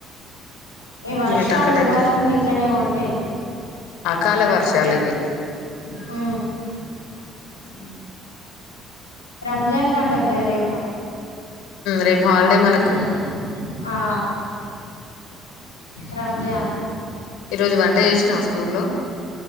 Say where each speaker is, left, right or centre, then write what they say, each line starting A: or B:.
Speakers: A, on the left; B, on the left.
A: ఈ వర్షాలు
B: ఇగ టకటకే
A: ఉగాది ముందు ఇట్లనే కొడతాయి
B: అకాల వర్షాలు ఇవి
A: హా
B: అ
A: రంజాన్ పండగ రేపు
B: రేపు హాలిడే మనకు
A: ఉమ్ ఆ రంజాన్
B: ఈరోజు వంట చేసినావా స్కూల్లో